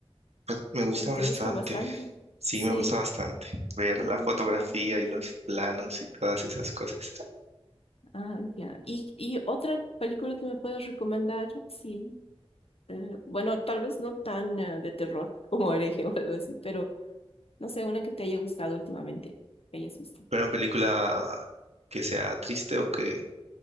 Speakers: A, on the right; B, on the left.
A: Pues me gusta
B: Te, te
A: bastante,
B: gusta bastante.
A: sí,
B: Sí.
A: me gusta bastante ver
B: Ah,
A: la
B: no
A: fotografía
B: tenía cuenta.
A: y los planos y todas esas cosas.
B: Ah, ya. ¿Y, y otra película que me puedas recomendar? Sí. Eh, bueno, tal vez no tan eh, de terror <laughs> como Hereje o algo así, pero no sé, una que te haya gustado últimamente, que hayas visto.
A: ¿Pero una película que sea triste o que...